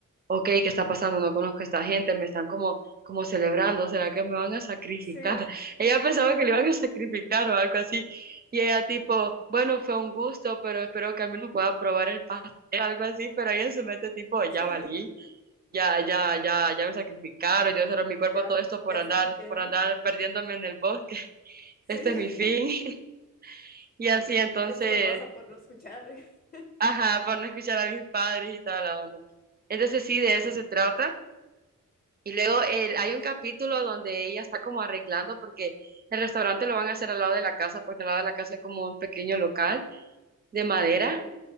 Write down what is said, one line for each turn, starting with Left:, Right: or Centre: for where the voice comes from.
Right: ok, ¿qué está pasando? No conozco a esta gente, me están como, como celebrando, ¿será que me van a sacrificar?
Left: sí,
Right: <laughs> Ella pensaba que le iban a sacrificar o algo así, y ella tipo, bueno, fue un gusto, pero espero que al menos pueda probar el pastel, <laughs> algo así, pero ella en su mente tipo, ya
Left: sí,
Right: valí, ya, ya, ya, ya me sacrificaron, yo cerré mi cuerpo
Left: ya,
Right: todo esto por
Left: ya
Right: andar,
Left: hasta aquí quedé.
Right: por andar perdiéndome en el bosque
Left: Sí,
Right: este es mi
Left: <laughs>
Right: fin. <laughs> Y así entonces,
Left: esto me pasa por no escuchar. <laughs>
Right: ajá, por no escuchar a mis padres y toda la onda. Entonces sí, de eso se trata. Y luego el-
Left: Ok,
Right: hay un capítulo donde ella está como arreglando porque el restaurante lo van a hacer al lado de la casa, porque al lado de la casa es como un pequeño local de madera,
Left: ok,